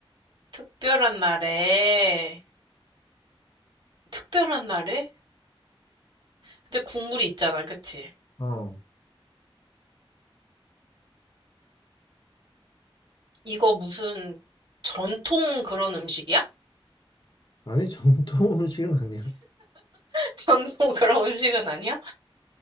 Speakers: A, on the right (about 55°); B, on the left (about 50°).
A: 특별한 날에. 특별한 날에? 근데 국물이 있잖아, 그치?
B: 어.
A: 이거 무슨 전통 그런 음식이야?
B: 아니, 정통 음식은 아니야.
A: 전통 <laughs> 그런 음식은 아니야?